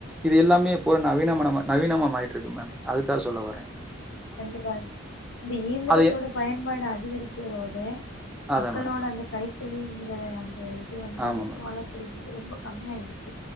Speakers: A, in the centre; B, on the left.
A: இது எல்லாமே இப்போ நவீனமனமா நவீனமா மாறிட்ருக்கு மேம் அதுக்காக சொல்ல வரே
B: கண்டிப்பாக இந்த இயந்திரத்தோட
A: அது எ
B: பயன்பாடு அதிகரிச்சதோட
A: அதா
B: மக்களோட
A: மேடம்
B: அந்த கைத்த றீங்கிற அந்த இ து வந்து
A: ஆமா
B: நெசவாளர்
A: மேடம்
B: தொழில் வ ந்து ரொம்ப கம்மி ஆயிடுச்சு